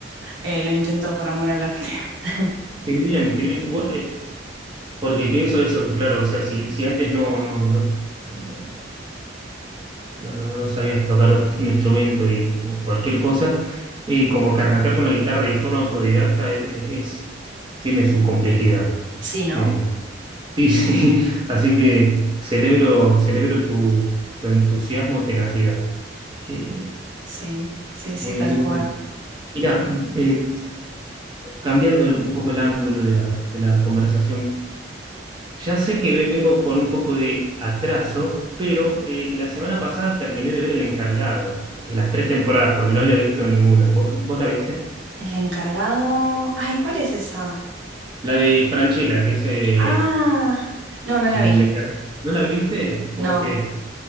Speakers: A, on the right; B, on the right.
A: eh, lo intento por amor al arte. <laughs>
B: qué bien, qué bien. Bu- eh, porque pienso eso, claro, o sea, si, si antes no, no, no, te- no, no- no- no sabías tocar un, un instrumento y o cualquier cosa, eh, como que arrancar con la guitarra y de forma autodidacta eh, eh, es, tiene su complejidad.
A: Sí, ¿no?
B: Eh, sí, <laughs> sí, así que celebro, celebro tu, tu entusiasmo, tenacidad. Eh,
A: Sí, sí, sí,
B: Muy,
A: tal
B: muy
A: cual.
B: bien. Mira, eh, cambiando un poco el ángulo de la, de la conversación, ya sé que vengo con un poco de atraso, pero eh, la semana pasada terminé de ver El Encargado, eh, las tres temporadas, porque no había visto ninguna. ¿Vos, vos la viste?
A: El encargado... Ay, ¿cuál es esa?
B: La de Franchella, que es eh,
A: Ah, no, no la
B: el
A: vi.
B: encar- ¿No la viste?
A: No,
B: Ok,